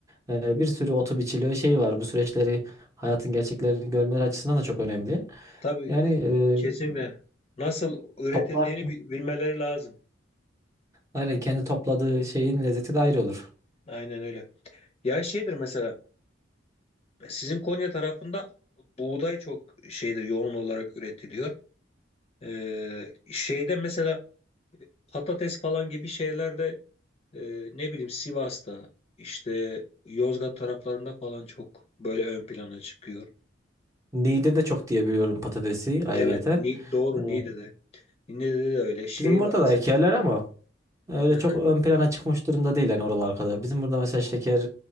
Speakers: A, on the right; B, on the left.
A: E, bir sürü otu biçiliyor şeyi var bu süreçleri hayatın gerçeklerini görmeleri açısından da çok önemli
B: tabii
A: yani
B: kesinlikle.
A: e,
B: Nasıl üretildiğini
A: toplar
B: bi- bilmeleri lazım.
A: aynen kendi topladığı şeyin lezzeti de ayrı olur.
B: Aynen öyle. Ya şeydir mesela sizin Konya tarafında buğday çok şeydir yoğun olarak üretiliyor. Ee, şeyde mesela patates falan gibi şeylerde e, ne bileyim Sivas'ta işte Yozgat taraflarında falan çok böyle ön plana çıkıyor.
A: Niğde de çok diye biliyorum patatesi ayrıyeten
B: Evet ni, doğru
A: E,
B: Niğde'de. Niğde'de de öyle şey
A: bizim burada
B: var mesela.
A: da ekerler ama. Öyle
B: Hı
A: çok
B: hı.
A: ön plana çıkmış durumda değil yani oralar kadar. Bizim burada mesela şeker,